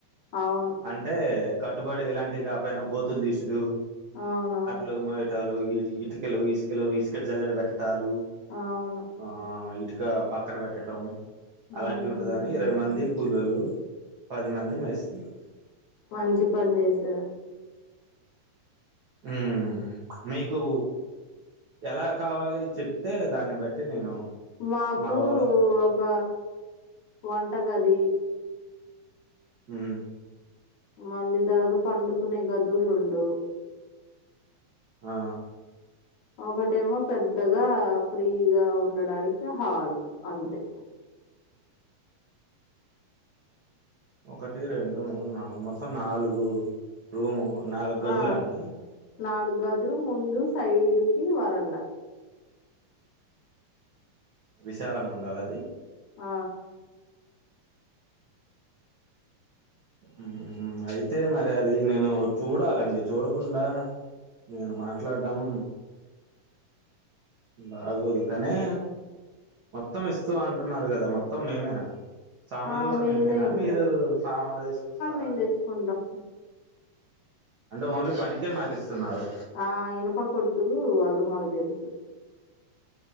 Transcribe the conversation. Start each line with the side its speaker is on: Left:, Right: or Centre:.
Left: అవును
Right: అంటే కట్టుబడి ఇలాంటివి కా పనా గోతులు తీసుడు
Left: అవునవును
Right: లు మటాలు ఇటుకలు ఇసుకలు ఇసుక జల్లెడి పెట్ట ట్టాలు
Left: అవును
Right: ఆ ఇటుక పక్కన పెట్టటం అలాంటివి
Left: మ్మ్
Right: ఉంటుందని ఇరవై మంది కలోళ్ళు పది మంది మేస్త్రీలు
Left: మంచి పని చేసిర్రూ
Right: ఉమ్ మీకు ఎలా కావాలి చెప్తే దాన్ని బట్టి నేను
Left: మాకు
Right: మా వాళ్ళ
Left: ఒక వంటగది
Right: ఉమ్
Left: మళ్ళీ తర్వాత పండుకునే గదుల్ రెండు
Right: ఆ
Left: ఒకటేమో పెద్దగా ఫ్రీగా ఉండడానికి హాలు అంతే
Right: ఒకటి రెండు మూడు నాలుగు మొత్తం నాలుగు రూము నాలుగదుల
Left: ఆ
Right: అండి
Left: నాలుగు గదులు ముందు సైడ్ కి వరండా
Right: విశాలంగా ఉండాల అది
Left: ఆ
Right: ఉమ్ అయితే మరి అది నేను చూడాలండి చూడకుండా నేను మాట్లాడం బాగోదు కానీ మొత్తం ఇస్తూ అంటున్నారు కదా మొత్తం మేమేనా సామాన్లు
Left: ఆ
Right: కూడా
Left: మీరే
Right: మేమేనా
Left: ఇంకా
Right: మీరు సామాన్లు తీసుకొస్తారా
Left: మేము తెచ్చుకుంటాం
Right: అంటే ఓన్లీ పనికే మాకు ఇస్తున్నారు
Left: ఆ ఇనప్ప కొట్ వాళ్ళు మాక్ తెలుసు